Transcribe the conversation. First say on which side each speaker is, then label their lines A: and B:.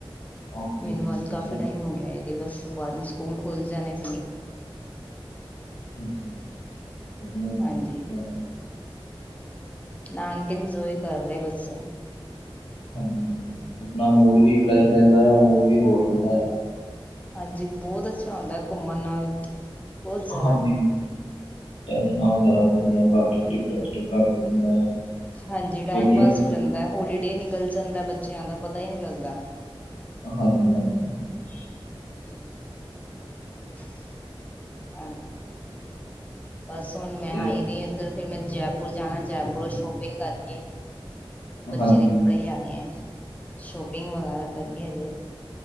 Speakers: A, on the left; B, on the left.
A: ਓਕੇ
B: ਮੈਨੂੰ
A: ਓਕੇ
B: ਅੱਜ
A: ਵਧੀਆ
B: ਕਾਫੀ ਟਾਈਮ ਹੋ ਗਿਆ ਬਸ ਬਾਹਰਨੀ ਸਕੂਲ ਖੁਲ ਜਾਣੇ ਫਿਰ।
A: ਠੀਕਧਆਆ <unintelligible>
B: ਹਾਂਜੀ ਨਾਨਕਣ ੲਨਜੋ ਹੀ ਕਰ ਰਹੇ ਬੱਚੇ।
A: ਹਾਂਜੀ- ਹਾਂਜੀ ਆਪਣਾ ਮੂਡ ਵੀ ਫਰੈਸ਼ ਰਹਿੰਦਾ ਆ ਮੂਡ ਵੀ ਹੋਰ ਰਹਿੰਦਾ ਆ।
B: ਹਾਂਜੀ, ਬਹੁਤ ਅੱਛਾ ਆਉਂਦਾ ਹੈ ਘੁੰਮਣ ਨਾਲ। ਬਹੁਤ ਜ਼ਿਆਦਾ
A: ਹਾਂਜੀ- ਹਾਂਜੀ ਟੈਸ਼ਨਾਂ ਵਗੈਰਾ ਥੋੜੀਆਂ ਘੱਟ ਡਿਪਰੈਸਡ ਘੱਟ ਹੋ ਜਾਂਦਾ ਆ।
B: ਹਾਂਜੀ। ਟਾਈਮ
A: ਵਧੀਆ
B: ਪਾਸ
A: ਵਧੀਆ
B: ਹੋ ਜਾਂਦਾ ਹੋਲੀਡੇ ਨਿਕਲ ਜਾਂਦਾ ਬੱਚਿਆਂ ਦਾ ਪਤਾ ਹੀ ਨਹੀਂ ਲੱਗਦਾ।
A: ਹਾਂਜੀ- ਹਾਂਜੀ। ਹਾਂਜੀ
B: ਅ <unintelligible> ਬਸ ਹੁਣ ਮੈਂ
A: ਤੇ
B: ਆਈ ਦੀ ਇੱਧਰ ਫਿਰ ਮੈਂ ਜੈਪੁਰ ਜਾਣਾ। ਜੈਪੁਰ ਸ਼ੋਪਿੰਗ ਕਰਕੇ ਬੱਚੇ
A: ਹਾਂਜੀ
B: ਦੇ ਕੱਪੜੇ ਲਿਆਣੇ ਹੈ ਸ਼ੋਪਿੰਗ ਵਗੈਰਾ ਕਰਨੀ ਹੈਜੇ